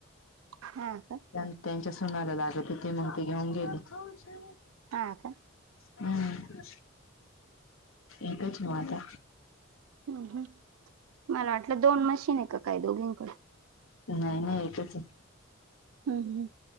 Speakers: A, on the right (about 80°); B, on the left (about 75°).
A: हा का?
B: त्यांच्या सोनाला लागत होते मग ते घेऊन गेली.
A: हा का?
B: हम्म एकच म आता
A: हम्म हम्म मला वाटलं दोन मशीन आहे का काय दोघींकडे.
B: नाही नाही एकच आहे.
A: हम्म हम्म.